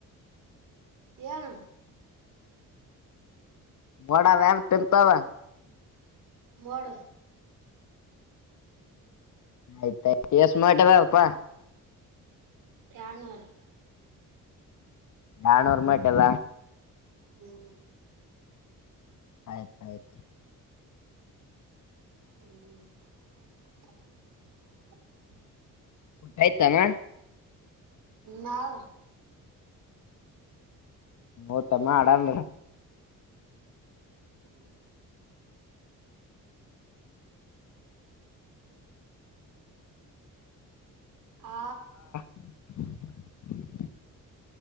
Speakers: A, on the right (about 75°); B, on the left (about 60°).
A: ಏನು
B: ಬಡ ಅವಯವ್ ತಿಂತವೆ
A: ನೋಡು
B: ಆಯ್ತ್ ಕೆಸ್ ಮಾಡಟ ಬಪ್ಪ
A: ಯವನರ್
B: ನಾನು ರೂಮೆಟಲ್ಲಾ
A: ಹ್ಮ್
B: ಆಯ್ತ ಆಯ್ತು
A: ಹ್ಮ್ <unintelligible>
B: ಊಟ ಆಯ್ತಮ್ಮೆ
A: ನಾವ್
B: ಓತಮ್ಮ ಆಡಾಮ್ರೆ
A: ಹ್ಮ್ ಆ
B: <unintelligible>